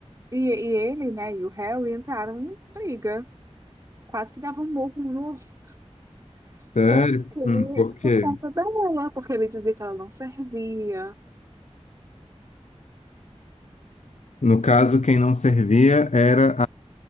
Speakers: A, on the right; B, on the left.
A: e, e ele, né, e o Harry entraram em briga, quase que davam um murro um no outro,
B: Sério?
A: porque
B: Hum, por quê?
A: por conta dela, porque ele dizia que ela não servia.
B: No caso, quem não servia era